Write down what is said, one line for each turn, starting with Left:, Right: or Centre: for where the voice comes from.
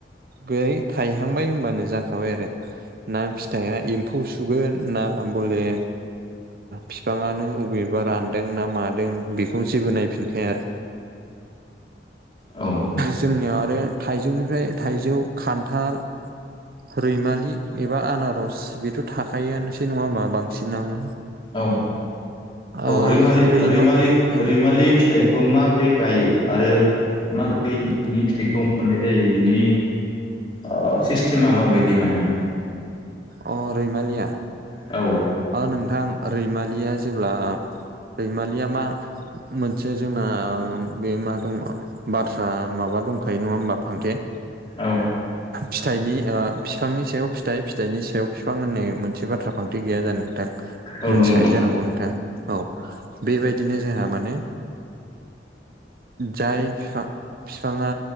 Right: बेयाय थायहांबाय होनबानो जाखाबाय आरो। ना फिथाइआ एम्फौ सुगोन ना बले बिफाङआनो अबे एबा रानदों ना मादों बेखौ जेबो नायफिनखाया आरो।
Left: औ
Right: जोंनियाव आरो थाइजौनिफ्राय थाइजौ खान्थाल रैमालि एबा आनारस बेथ' थाखआनोसै नङा होमा बांसिनावनो।
Left: औ
Right: ओ
Left: औ रैलि
Right: रैमा
Left: रैलि
Right: ओं
Left: रैमालि फिथाइ खौ माब्रै गायो आरो माब्रै बिनि फिथाइखौ मोननाय जायो बिनि अ सिसतेमा माबायदि माने?
Right: अ रैमालिया
Left: औ
Right: नोंथां रैमालिया जेब्ला रैमालिया मा मोनसे जोंना बे मा दङ? बाथ्रा माबा दंखायो नङा होमबा फांथे
Left: औ
Right: फिथाइनि बिफांनि सायाव फिथाइ फिथाइनि सायाव बिफां होननाय मोनसे बाथ्रा फांथे गैया जानो नोंथां
Left: औ
Right: मोनथिखायो
Left: दङ
Right: जानांगौ नोंथाङा? औ बेबायदिनो जोंहा माने जाय बिफां बिफाङा